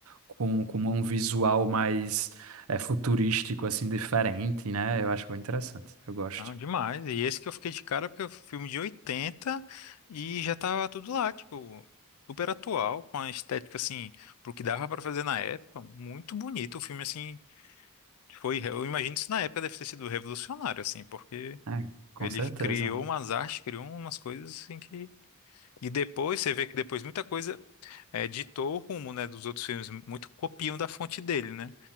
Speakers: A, on the right; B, on the left.
A: com, com um visual mais é futurístico, assim, diferente, né? Eu acho bem interessante. Eu gosto.
B: Não, demais. E esse que eu fiquei de cara, porque é um filme de 80 e já tava tudo lá, tipo, super atual, com a estética, assim, pro que dava pra fazer na época. Muito bonito o filme, assim. Foi, eu imagino que isso na época deve ter sido revolucionário, assim, porque
A: É, com
B: ele
A: certeza.
B: criou umas artes, criou umas coisas, assim, que. E depois, você vê que depois muita coisa é, ditou o rumo, né, dos outros filmes, muito copiam da fonte dele, né?